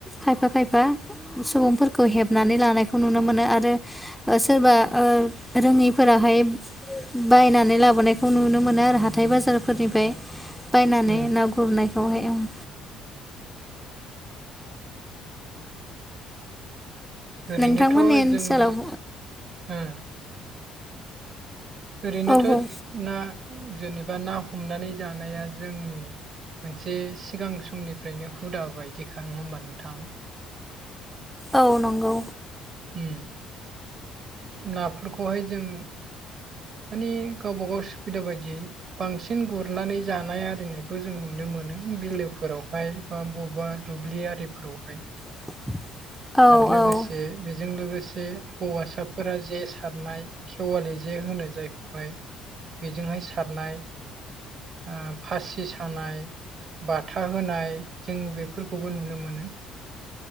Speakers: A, in the centre; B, on the right.
A: खायफा खायफा। बा सुबुंफोरखौ हेबनानै लानायखौ नुनो मोनो आरो। ओ सोरबा ओ रोङिफोराहाय बायनानै लाबोनायखौ नुनो मोनो आरो हाथाय बाजारफोरनिफ्राय। बायनानै
B: ओम
A: ना गुरनायखौहाय उम।
B: ओरैनोथ'
A: नोंथांमोननि ओनसोलाव
B: जोंनि ओ ओरैनोथ'
A: औ बुं
B: ना जेनेबा ना हमनानै जानाया जोंनि मोनसे सिगां समनिफ्रायनो हुदा बायदिखा नङा होमबा नोंथां।
A: औ नंगौ।
B: उम नाफोरखौहाय जों मानि गावबा गाव सुबिदा बायदि बांसिन गुरनानै जानाय आरिनायखौ जों नुनो मोनो बिलोफोरावहाय बा बबेबा दुब्लि आरिफोरावहाय।
A: <unintelligible>
B: आरो लोगोसे
A: औ
B: बेजों लोगोसे हौवासाफोरा जे सारनाय खेवालि जे होनो जायखौहाय बेजोंहाय सारनाय ओ फासि सानाय बाथा होनाय जों बेफोरखौबो नुनो मोनो।